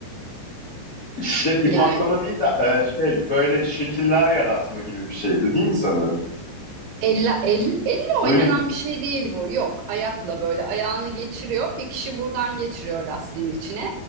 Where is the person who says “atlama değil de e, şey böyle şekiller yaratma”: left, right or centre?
Left